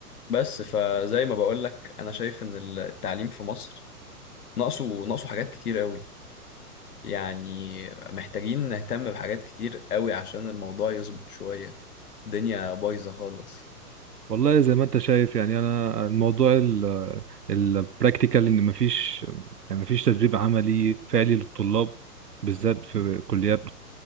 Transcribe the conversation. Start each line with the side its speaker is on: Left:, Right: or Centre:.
Left: بس فزي ما بقول لك انا شايف ان التعليم في مصر ناقصه ناقصه حاجات كتير قوي يعني محتاجين نهتم بحاجات كتير قوي عشان الموضوع يظبط شوية الدنيا بايظة خالص
Right: والله زي ما انت شايف يعني انا الموضوع البراكتيكال ان مفيش يعني مفيش تدريب عملي فعلي للطلاب بالذات في كليات